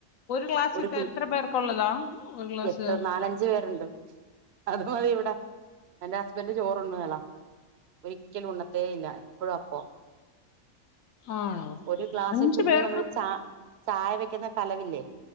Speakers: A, on the left; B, on the right.
A: ഗ്ലാസ്
B: ഒരു
A: ഇട്ട്
B: കു
A: എത്ര പേർക്കുള്ളതാ ഒരു ഗ്ലാസ്
B: എത്ര നാലഞ്ച് പേരുണ്ട് അത് മതി ഇവിടെ എന്റെ ഹസ്ബന്ഡ് ചോറുണ്ണേല്ല വെയ് ഉണ്ണത്തേ ഇല്ല എപ്പഴും അപ്പം
A: ആണോ
B: ഒരു ഗ്ലാസ്
A: അഞ്ചു
B: കുഞ്ഞ്
A: പേർക്ക്
B: നമ്മൾ ച ചായ വെക്ക്ന്ന കലവില്ലേ